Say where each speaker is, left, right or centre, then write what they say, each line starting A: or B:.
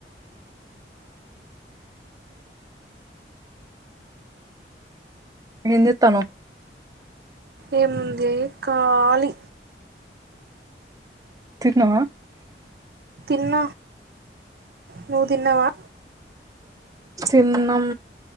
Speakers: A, on the right; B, on the right.
A: ఏం చేత్తనావ్
B: ఏముంది ఖాలి
A: తిన్నవా
B: తిన్నా నువ్వు తిన్నవా
A: తిన్నం